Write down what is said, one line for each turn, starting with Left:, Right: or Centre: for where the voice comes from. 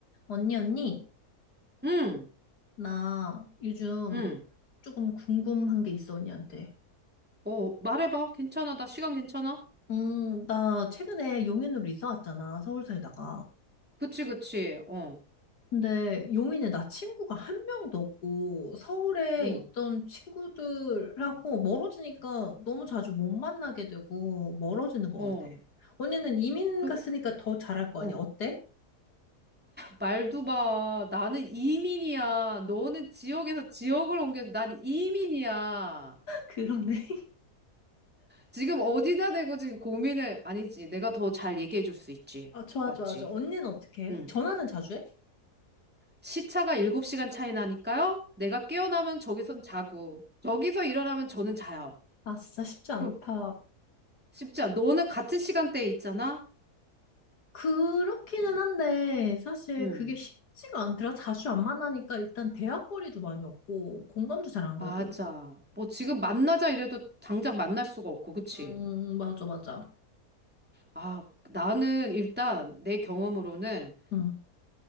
Left: 언니, 언니,
Centre: 응,
Left: 나 요즘
Centre: 응.
Left: 조금 궁금한 게 있어, 언니한테.
Centre: 어, 말해봐. 괜찮아. 나 시간 괜찮아?
Left: 음, 나 최근에 용인으로 이사 왔잖아, 서울 살다가.
Centre: 그치, 그치. 어,
Left: 근데 용인에 나 친구가 한 명도 없고, 서울에
Centre: 어,
Left: 있던 친구들하고 멀어지니까 너무 자주 못 만나게 되고, 멀어지는 것
Centre: 어.
Left: 같아. 언니는 이민
Centre: 그,
Left: 갔으니까 더 잘할 거
Centre: 어.
Left: 아니야? 어때?
Centre: 말도 봐. 나는 이민이야. 너는 지역에서 지역을 옮겨. 난 이민이야.
Left: <laughs> 그러네.
Centre: 지금 어디다 대고 지금 고민을, 아니지. 내가 더 잘 얘기해 줄 수 있지.
Left: 아, 좋아,
Centre: 맞지?
Left: 좋아, 좋아. 언니는 어떻게 해?
Centre: 응.
Left: 전화는 자주 해?
Centre: 시차가 7시간 차이 나니까요. 내가 깨어나면 저기선 자고, 저기서 일어나면 저는 자요.
Left: 아, 진짜 쉽지 않다.
Centre: 어, 쉽지 않아. 너는 같은 시간대에 있잖아?
Left: 그렇기는 한데 사실
Centre: 응.
Left: 그게 쉽지가 않더라. 자주 안 만나니까 일단 대화거리도 많이 없고 공감도 잘 안 가고.
Centre: 맞아. 뭐 지금 만나자 이래도 당장 만날 수가 없고, 그치?
Left: 음, 맞아, 맞아.
Centre: 아, 나는 일단 내 경험으로는
Left: 응,